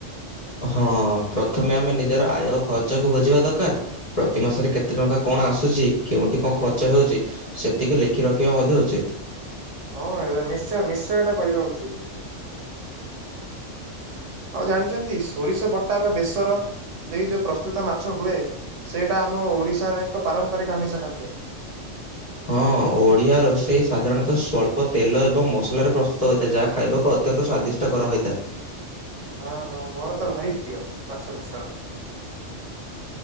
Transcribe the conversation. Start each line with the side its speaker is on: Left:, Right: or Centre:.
Left: ହଁ, ପ୍ରଥମେ ଆମେ ନିଜର ଆୟ ଖର୍ଚ୍ଚକୁ ବୁଝିବା ଦରକାର ପ୍ରତି ମାସରେ କେତେ ଟଙ୍କା କଣ ଆସୁଛି କେଉଁଠି କଣ ଖର୍ଚ୍ଚ ହେଉଛି ସେତିକି ଲେଖି ରଖିବା ମଧ୍ୟ ଉଚିତ୍।
Right: ହଁ ଏ ନିଶ୍ଚୟ ନିଶ୍ଚୟ ଏଟା କରିବା ଉଚିତ୍। ଆଉ ଜାଣିଛନ୍ତି ସୋରିଷ ବଟା ବା ବେସର ଦେଇ ଯେଉଁ ପ୍ରସ୍ତୁତ ମାଛ ହୁଏ ସେଇଟା ଆମ ଓଡ଼ିଶାର ଏକ ପାରମ୍ପରିକ ଆମିଷ ଖାଦ୍ୟ।
Left: ହଁ, ଓଡ଼ିଆ ରୋଷେଇ ସାଧାରଣତଃ ସ୍ୱଳ୍ପ ତେଲ ଏବଂ ମସଲାରେ ପ୍ରସ୍ତୁତ ହୋଇଥାଏ ଯାହା ଖାଇବାକୁ ଅତ୍ୟନ୍ତ ସ୍ଵାଦିଷ ଷ୍ଟକର ହୋଇଥାଏ।
Right: ହଁ ହଁ ମୋର ତ ଭାରି ପ୍ରିୟ ମାଛ ବେସର।